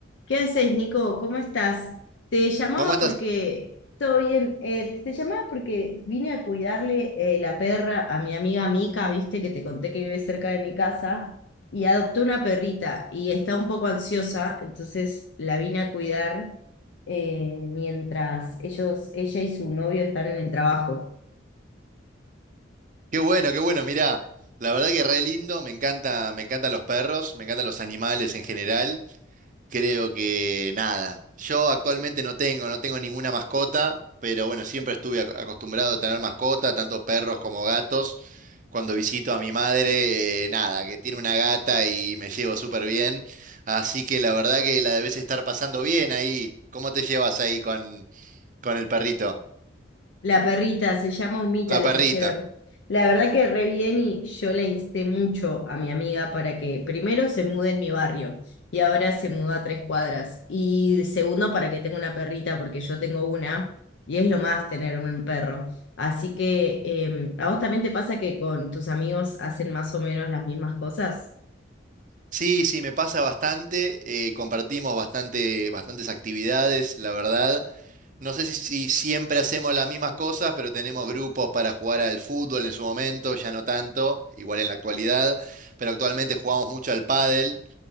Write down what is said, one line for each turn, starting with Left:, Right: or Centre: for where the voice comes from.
Left: ¿Qué haces, Nico? ¿Cómo estás? Te llamaba
Right: ¿Cómo estás?
Left: porque, todo bien, eh, te llamaba porque vine a cuidarle eh, la perra a mi amiga Mica, viste que te conté que vive cerca de mi casa, y adoptó una perrita y está un poco ansiosa, entonces la vine a cuidar eh, mientras ellos, ella y su novio están en el trabajo.
Right: Qué bueno, qué bueno. Mirá, la verdad que re lindo. Me encanta, me encantan los perros, me encantan los animales en general. Creo que nada. Yo actualmente no tengo, no tengo ninguna mascota, pero bueno, siempre estuve ac- acostumbrado a tener mascota, tanto perros como gatos. Cuando visito a mi madre, eh, nada, que tiene una gata y me llevo súper bien. Así que la verdad que la debes estar pasando bien ahí. ¿Cómo te llevas ahí con, con el perrito?
Left: La perrita se llama Humita,
Right: La
Left: le
Right: perrita.
Left: pusieron. La verdad que re bien y yo la insté mucho a mi amiga para que primero se mude en mi barrio y ahora se mudó a tres cuadras. Y segundo, para que tenga una perrita, porque yo tengo una y es lo más tener un perro. Así que, eh, ¿a vos también te pasa que con tus amigos hacen más o menos las mismas cosas?
Right: Sí, sí, me pasa bastante. eh, compartimos bastante, bastantes actividades, la verdad. No sé si, si siempre hacemos las mismas cosas, pero tenemos grupos para jugar al fútbol en su momento, ya no tanto, igual en la actualidad. Pero actualmente jugamos mucho al pádel,